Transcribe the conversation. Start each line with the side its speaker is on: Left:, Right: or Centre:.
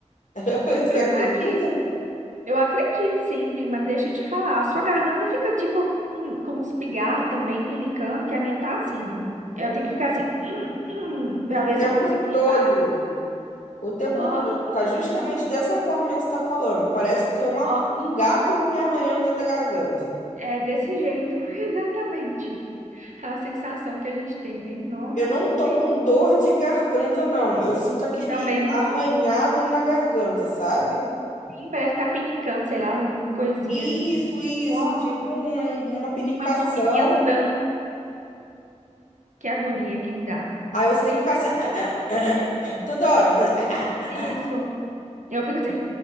Left: <laughs> Você
Right: Eu
Left: acredita?
Right: imagino. Eu acredito, sim, prima. Deixa eu te falar. A sua garganta fica tipo hum, com uns pigarros também pinicando, que a minha tá assim, né? Eu tenho que ficar assim <clears throat> pra
Left: O tempo
Right: ver se eu consigo limpar.
Left: todo. O tempo
Right: Nossa,
Left: todo. Tá justamente
Right: que aí.
Left: dessa forma que você tá falando. Parece que tem uma,
Right: Ó,
Left: um gato me arranhando dentro da garganta.
Right: é desse jeito, <laughs> exatamente. A sensação que a gente tem, né? Nossa,
Left: Eu não
Right: que
Left: tô
Right: que é
Left: com
Right: isso?
Left: dor de garganta, não. Eu sinto aquele
Right: Também não tô.
Left: arranhado na garganta, sabe?
Right: Sim, parece que tá pinicando, sei lá, uma coisinha.
Left: Isso, isso.
Right: Nossa,
Left: Tipo um- uma pinicação.
Right: uma formiguinha andando. Que agonia que me dá.
Left: Aí você tem que ficar assim, <coughs> <clears throat> toda hora, fazer. <coughs> <clears throat>
Right: Isso. Eu fico assim,